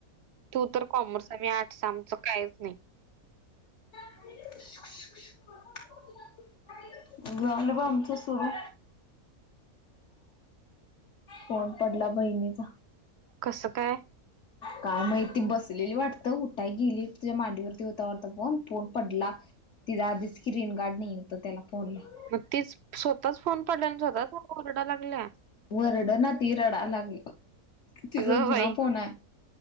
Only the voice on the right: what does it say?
तू तर कॉमर्स- मी <unintelligible> आठ आमचं काहीच नाही.
कसं काय?
मग ती स्वतःच फोन पडल्या आणि स्वतःच <unintelligible> ओरडायला लागल्या.
अगं
बाई